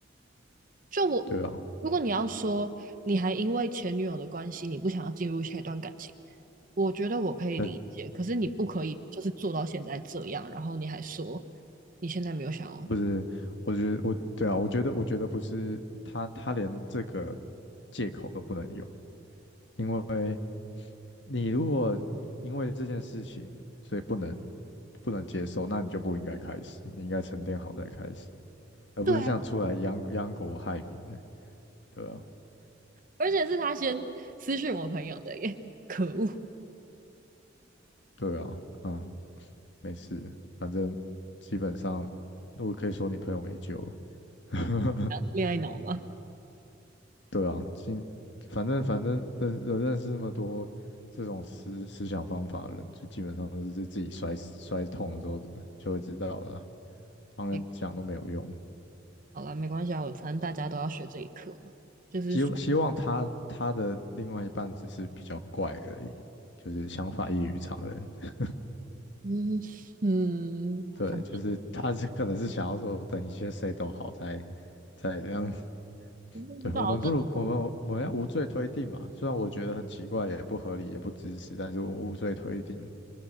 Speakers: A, on the right; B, on the left.
A: 就我，
B: 对啊，
A: 如果你要说你还因为前女友的关系，你不想要进入下一段感情，我觉得我可以理解。
B: 那
A: 可是你不可以就是做到现在这样，然后你还说你现在没有想要。
B: 不是，我觉得我对啊，我觉得我觉得不是他他连这个借口都不能有。因为你如果因为这件事情，所以不能不能接受，那你就不应该开始，你应该沉淀好再开始，而不是这样出来殃殃国害民的，
A: 对啊，
B: 对啊，
A: 而且是他先私讯我朋友的耶，可恶，
B: 对啊，啊，没事，反正基本上我可以说你朋友没救了，<laughs>
A: 恋爱脑吗？
B: 对啊，今反正反正认有认识那么多这种思思想方法的人，就基本上都是自己摔死摔痛了之后就会知道了，旁人讲都没有用。
A: 没，好了，没关系啊，我反正大家都要学这一课嘛，就是说，
B: 希望希望他他的另外一半只是比较怪而已，就是想法异于常人。
A: 嗯嗯，
B: 对，
A: 反正
B: 就是他是可能是想要说，等一切谁都好再再这样。<laughs>
A: 不知道这
B: 对，我们不如我们我们要无罪推定嘛，虽然我觉得很奇怪，也不合理，也不支持，但是我们无罪推定，